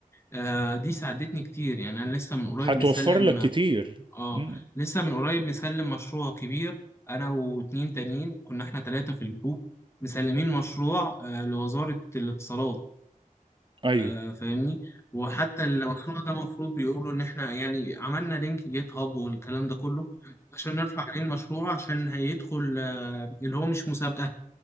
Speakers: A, on the left; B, on the right.
A: آه، دي ساعدتني كتير يعني أنا لسه من قريب
B: هتوفر
A: مسلم
B: لك كتير
A: آه
B: مم.
A: لسه من قريب مسلم مشروع كبير أنا واتنين تانيين كنا إحنا تلاتة في الجروب مسلمين مشروع آه، لوزارة الاتصالات
B: ايوه
A: آه، فاهمني وحتى المشروع ده المفروض بيقولوا ان احنا يعني عملنا لينك جيت هاب والكلام ده كله عشان نرفع عليه المشروع عشان هيدخل آه، اللي هو مش مسابقة